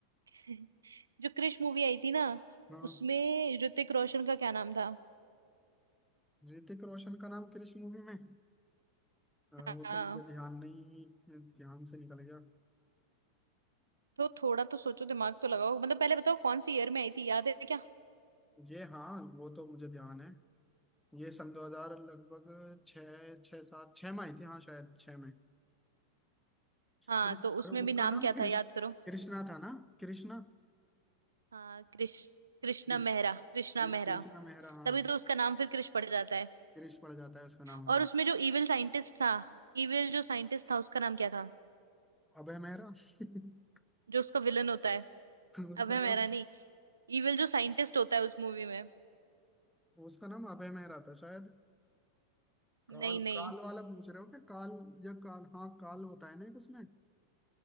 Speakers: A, on the right; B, in the centre.
A: <laughs> जो क्रिश मूवी आई थी ना
B: हाँ
A: उसमें ऋतिक रोशन का क्या नाम था
B: ऋतिक रोशन का नाम किस मूवी में आ,
A: हाँ
B: वो तो मुझे ध्यान नहीं ध्यान से निकल गया
A: तो थोड़ा तो सोचो दिमाग तो लगाओ मतलब पहले बताओ कौन सी ईयर में आई थी याद है क्या
B: ये हाँ वो तो मुझे ध्यान है ये सन 2000 लगभग छः छः सात छः में आई थी हाँ शायद छः में
A: हाँ
B: कृष-
A: तो उसमें
B: अरे उसका
A: भी नाम
B: नाम
A: क्या
B: कृष
A: था याद करो
B: कृष्णा था ना कृष्णा
A: हाँ कृष कृष्णा
B: <laughs>
A: मेहरा कृष्णा
B: कृ-
A: मेहरा
B: कृष्णा मेहरा हाँ
A: तभी तो उसका नाम फिर कृष पड़ जाता है
B: कृष पड़ जाता है उसका नाम
A: और
B: हाँ
A: उसमें जो इविल साइंटिस्ट था इविल जो साइंटिस्ट था उसका नाम क्या था
B: अभय मेहरा <laughs>
A: जो उसका विलन होता है
B: उसका
A: अभय मेहरा
B: नाम
A: नहीं इविल जो साइंटिस्ट होता है उस मूवी में
B: उसका नाम अभय मेहरा था शायद काल
A: नहीं नहीं
B: काल वाला पूछ रहे हो क्या काल या काल हाँ काल होता है ना एक उसमें